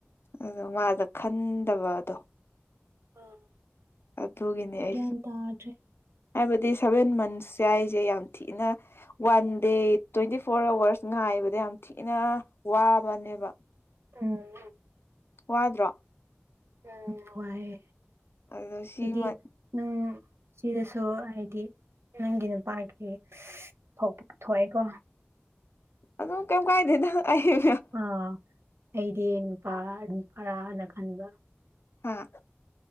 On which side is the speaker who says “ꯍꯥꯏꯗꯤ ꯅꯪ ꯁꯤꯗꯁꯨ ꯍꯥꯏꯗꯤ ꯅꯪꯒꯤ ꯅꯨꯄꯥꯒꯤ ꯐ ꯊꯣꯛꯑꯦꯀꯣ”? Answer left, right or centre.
Right